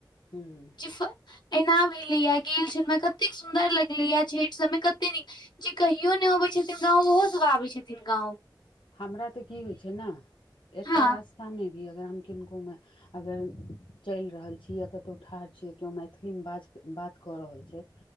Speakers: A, on the left; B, on the left.
A: हूँ
B: <unintelligible> ऐना भेलेया गेल छल मे कतेक सुंन्दर लगलेए छैठ सबमे कते नीक जे कहियो नय अबै छथिन गाँव ओहोसभ आबै छथिन गाँंव
A: हमरा तऽ की होइ छै न एतऽ
B: हँ
A: रास्ता में भी अगर हम किनको में अगर चइल रहल छी या कतो ठाढ़ छीयै केओ मैथिलीमे बाज बात कऽ रहल छै